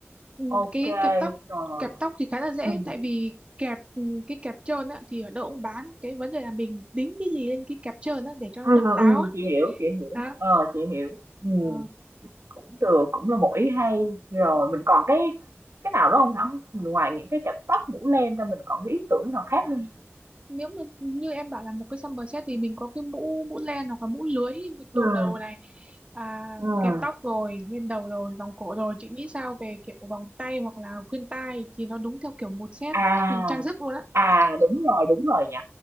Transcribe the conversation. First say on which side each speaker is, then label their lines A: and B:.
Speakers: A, on the right; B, on the right.
A: ừ,
B: Ok,
A: cái kẹp tóc
B: rồi.
A: kẹp tóc thì khá là dễ
B: Ừ.
A: tại vì kẹp ừ, cái kẹp trơn á thì ở đâu cũng bán cái vấn đề là mình đính cái gì lên cái kẹp trơn á để cho
B: Ừ,
A: nó độc
B: ừ,
A: đáo
B: ừ,
A: ấy.
B: chị hiểu, chị hiểu.
A: đó
B: Ờ, chị hiểu. Ừ.
A: Ờ,
B: Cũng được, cũng là một ý hay. Rồi mình còn cái cái nào đó không Thảo? Ngoài những cái cặp tóc, mũ len ra mình còn cái ý tưởng nào khác không
A: nếu mà như em bảo là một cái summer set thì mình có cái mũ mũ len hoặc là mũ lưới mình
B: Ừm,
A: đội đầu này à,
B: ừm.
A: kẹp tóc rồi lên đầu rồi vòng cổ rồi chị nghĩ sao về kiểu vòng tay hoặc là khuyên tai thì nó đúng theo kiểu một set
B: À,
A: trang sức luôn á
B: à, đúng rồi, đúng rồi nhỉ,